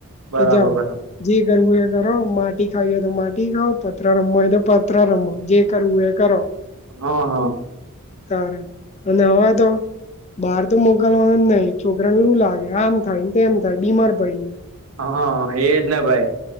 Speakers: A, on the right; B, on the left.
A: બરાબર
B: કે જાઓ
A: બરાબર
B: જે કરવું એ કરો માટી ખાવ હો તો માટી ખાાવ પ પતરા રમવું હોય તો પતરા રમો જે કરવું એ કરો
A: હા હા
B: તારે અને હવા તો બહાર તો મોકલવાનું નહી છોકરાને લું લાગે આમ થાય ને તેમ થાય બીમાર પડી
A: હા એજ ને ભાઈ